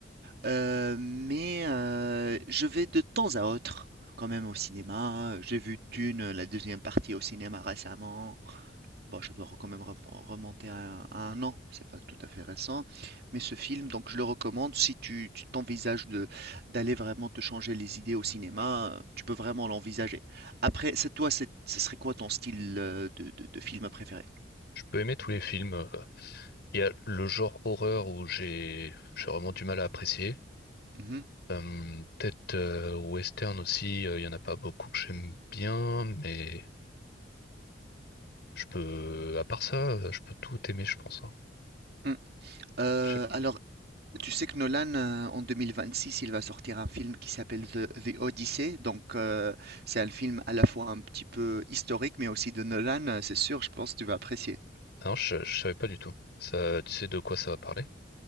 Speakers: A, on the right; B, on the left.
A: Heu, mais heu, je vais de temps à autre quand même au cinéma. J'ai vu Dune, euh, la deuxième partie au cinéma récemment. Bon, je dois quand même rem remonter à à 1 an, c'est pas tout à fait récent, mais ce film, donc je le recommande si tu tu t'envisages de d'aller vraiment te changer les idées au cinéma, heu, tu peux vraiment l'envisager. Après, c'est toi, c'est ce serait quoi ton style, heu, de de de film préféré?
B: Je peux aimer tous les films. euh, Il y a le genre horreur où j'ai j'ai vraiment du mal à apprécier.
A: Mmh mh.
B: Euh, peut-être euh, western aussi, euh, il y en a pas beaucoup que j'aime bien, mais je peux, à part ça, euh, je peux tout aimer, je pense. hein.
A: Mmh, alors
B: Je sais-
A: Tu sais que Nolan, euh, en 2026, il va sortir un film qui s'appelle The, The Odyssey. Donc, euh, c'est un film à la fois un petit peu historique, mais aussi de Nolan. euh, C'est sûr, je pense que tu vas apprécier.
B: Ah Non, je, je savais pas du tout. Ça, tu sais de quoi ça va parler?